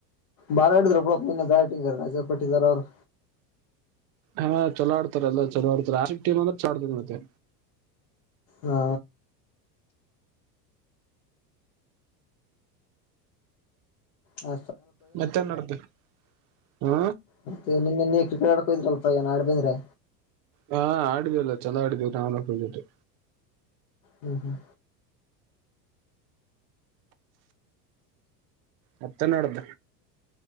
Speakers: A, on the left; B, on the right.
A: ಬಾರಾಡಿದ್ರರು ಪ್ರಪ್ನ್ ಬ್ಯಾಟಿಂಗ್ ರಜೆ ಪಟ್ಟಿದಾರ ಅವರು
B: ಹಾ ಚಲೋ ಆಡ್ತಾರೆ ಎಲ್ಲ ಚಲೋ ಆಡ್ತ ಟಮ್ ಅಂದ್ರ ಚಡ್ತ ಮತ್ತೆ
A: ಹಾ ಹ
B: ಮತ್ತೆ ಮಾಡತ ಹ್ಮ
A: ಮತ್ತೆ ನಿನನ್ನ ಕ್ರಿಕೆಟ್ ಆಡ್ಕೋದ್ರಲ್ಪಾ ಏನ್ ಆಡ್ ಬಂದ್ರೆ
B: ಹಾ ಆಡಿದೇಲ್ಲ ಚಂದ ಆಡಿದೇವಿ ನಾವ್ಬಿಟ್ಟು
A: ಹ್ಮ್ ಹ್ಮ್
B: ಮತ್ತ ನೋಡ್ದ